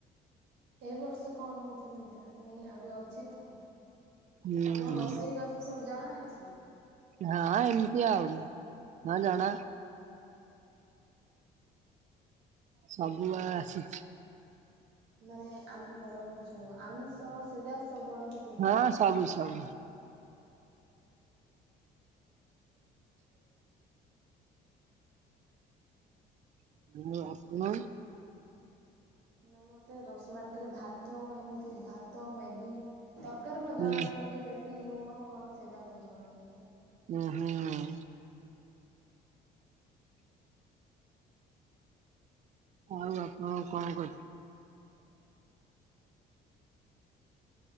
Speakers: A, on the right (about 90°); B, on the right (about 45°).
A: ଏ ବର୍ଷ କଣ ହଉଛି ମୁଁ ଜାଣିନି ଆହୁରି ଅଛି ତ।
B: ହୁଁ ହୁଁ
A: ଆପଣଙ୍କୁ ରୋଷେଇ ବାସ ସବୁ ଜଣା ଅଛି?
B: ହଁ ଏମିତି ଆଉ ହଁ ଜଣା ସବୁ ଆଉ ଆସିଛି।
A: ମାନେ ଆମ୍ ମାନେ ଯୋଉ ଆମିଷ ସେରା ସବୁ ଆମେ ଦିଅନ୍ତି।
B: ହଁ ସବୁ ସବୁ।
A: <inaudible> <inaudible>
B: <unintelligible>
A: ନା ମତେ ରୋଷଇ ମାନେ ଖାଲି ଭାତ ଏମିତି ଭାତ, ମ୍ୟାଗି। ତରକାରୀ ମତେ
B: ହୁଁ
A: ଜଣା ଅଛି ବାକି କେତିକି ଲୁଣ କଣ ସେ ଯାକ ମତେ ଜଣା ନାହିଁ ତ।
B: ହୁଁ ହୁଁ ଆଉ। ଆଉ ଆପଣ କଣ କରୁଚନ୍ତି?
A: <inaudible>